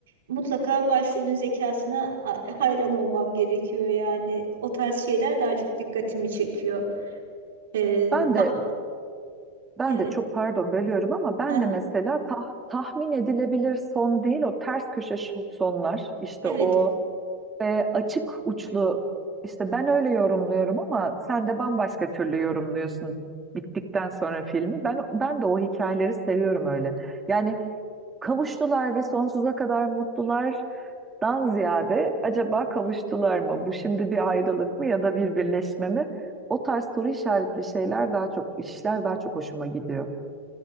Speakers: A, on the right; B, on the right.
A: mutlaka başrolün zekasına a- hayran olmam gerekiyor. Yani o tarz şeyler daha çok dikkatimi çekiyor. E,
B: Ben
A: va-
B: de Ben
A: evet.
B: de çok pardon bölüyorum ama ben
A: Aha,
B: de mesela tah- tahmin edilebilir son değil o ters köşe şo- sonlar işte
A: evet.
B: o e, açık uçlu işte ben öyle yorumluyorum ama sen de bambaşka türlü yorumluyorsun bittikten sonra filmi. Ben ben de o hikayeleri seviyorum öyle. Yani kavuştular ve sonsuza kadar mutlulardan ziyade acaba kavuştular mı? Bu şimdi bir ayrılık mı ya da bir birleşme mi? O tarz soru işaretli şeyler daha çok işler daha çok hoşuma gidiyor.